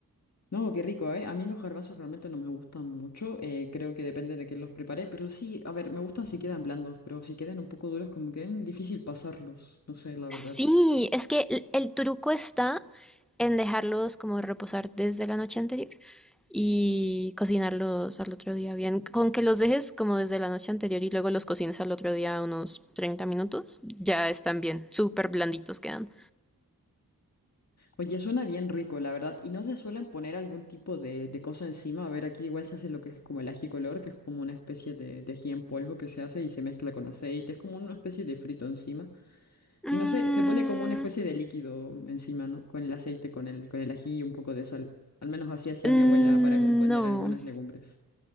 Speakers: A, on the left; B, in the centre.
A: No, qué rico, ¿eh? A mí los garbanzos realmente no me gustan mucho, eh, creo que depende de quién los prepare, pero sí, a ver, me gustan si quedan blandos, pero si quedan un poco duros como que mm, difícil pasarlos, no sé, la verdad.
B: Sí, es que el, el truco está en dejarlos como reposar desde la noche anterior y cocinarlos al otro día bien. Con que los dejes como desde la noche anterior y luego los cocines al otro día unos 30 minutos, ya están bien, súper blanditos quedan.
A: Oye, suena bien rico, la verdad, y no le suelen poner algún tipo de, de cosa encima, a ver, aquí igual se hace lo que es como el ají color, que es como una especie de, de ají en polvo que se hace y se mezcla con aceite, es como una especie de frito encima,
B: Mm,
A: y no sé, se pone como una especie de líquido encima, ¿no? Con el aceite, con el, con el ají y un poco de sal. Al menos así hacía
B: mm,
A: mi abuela para acompañar
B: no.
A: algunas legumbres.